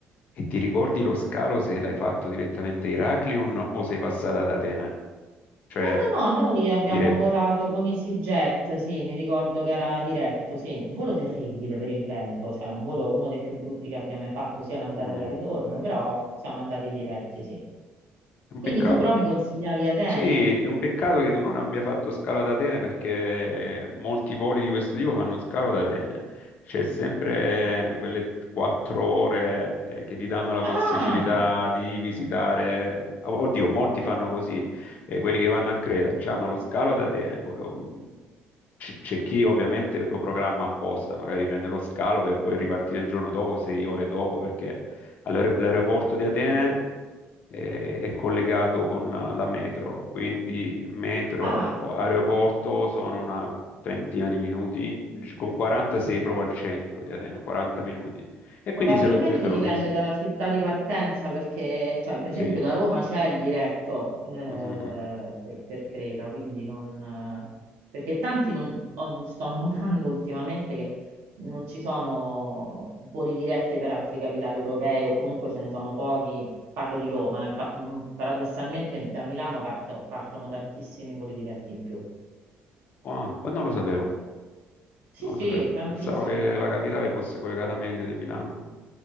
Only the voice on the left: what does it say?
e ti ricordi lo scalo se l'hai fatto direttamente a Heraklion o sei passata ad Atene? Cioè,
diretto.
Mm,
è un
peccato.
Sì, è un peccato che tu non abbia fatto scalo ad Atene perché molti voli di questo tipo fanno scalo ad Atene. C'è sempre quelle quattro ore eh, che ti danno la
possibilità di visitare. Oddio, molti fanno così, eh, quelli che vanno a Creta, hanno lo scalo ad Atene. poi, um, c- C'è chi ovviamente lo programma apposta, magari prende lo scalo per poi ripartire il giorno dopo, sei ore dopo, perché all'aer- all'aeroporto di Atene eh, è collegato con la metro, quindi metro
o aeroporto sono una trentina di minuti, gi- con 40 sei proprio al centro di Atene, 40 minuti. E
quindi se lo- te, te lo
visiti,
sì.
Mhm.
Ah, oh, non lo sapevo,
non
lo sapevo.
Pensavo che la capitale fosse collegata meglio di Milano.